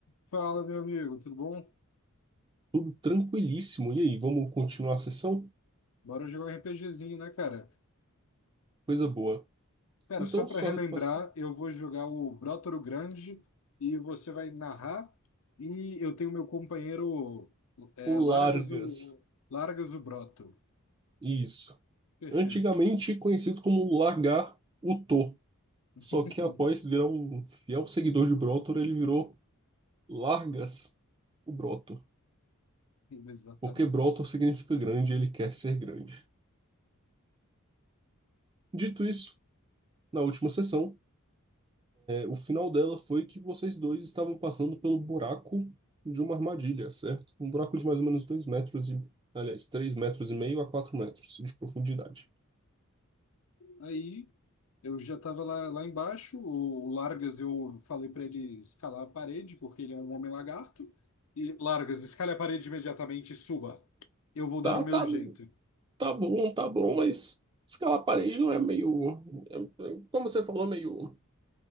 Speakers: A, on the left; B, on the right.
A: Fala, meu amigo, tudo bom?
B: Tudo tranquilíssimo. E aí, vamos continuar a sessão?
A: Bora jogar um RPGzinho, né, cara?
B: Coisa boa.
A: Cara,
B: Então,
A: só para
B: só
A: relembrar,
B: repassar.
A: eu vou jogar o Brotoro Grande e você vai narrar. E eu tenho meu companheiro é,
B: O Largas.
A: Largas o Largas o Broto.
B: Isso.
A: Perfeito.
B: Antigamente conhecido como Lagar Utô.
A: <laughs>
B: Só que após virar um fiel seguidor de Brotor, ele virou Largas o Brotor.
A: Exatamente.
B: Porque Brotor significa grande e ele quer ser grande. Dito isso, na última sessão, O final dela foi que vocês dois estavam passando pelo buraco de uma armadilha, certo? Um buraco de mais ou menos dois metros e, aliás, três metros e meio a quatro metros de profundidade.
A: Aí eu já estava lá, lá embaixo. O Largas, eu falei para ele escalar a parede, porque ele é um homem lagarto. E Largas, escale a parede imediatamente e suba. Eu vou dar
B: Tá,
A: o
B: tá,
A: meu jeito.
B: tá bom, tá bom, mas escalar a parede não é meio. é- é, como você falou, meio.